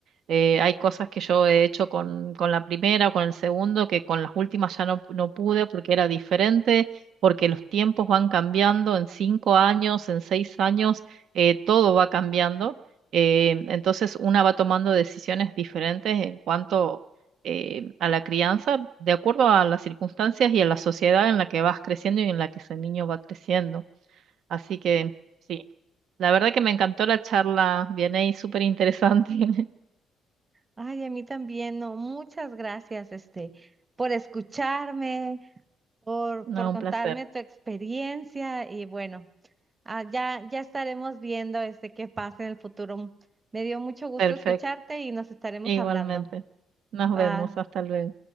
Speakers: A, on the right (about 75°); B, on the right (about 30°).
A: Eh, hay cosas que yo he hecho con, con la primera o con el segundo, que con las últimas ya no, no pude porque era diferente, porque los tiempos van cambiando, en cinco años, en seis años, eh, todo va cambiando. Eh, entonces una va tomando decisiones diferentes en cuanto eh, a la crianza de acuerdo a las circunstancias y a la sociedad en la que vas creciendo y en la que ese niño va creciendo. Así que sí, la verdad que me encantó la charla, viene súper interesante. <laughs>
B: Ay, a mí también, no, muchas gracias, este, por escucharme por,
A: No,
B: por
A: un
B: contarme
A: placer.
B: tu experiencia y bueno, ah, ya, ya estaremos viendo este qué pasa en el futuro. Me dio mucho gusto
A: Perfecto,
B: escucharte y nos estaremos
A: igualmente.
B: hablando.
A: Nos
B: Bye.
A: vemos, hasta luego.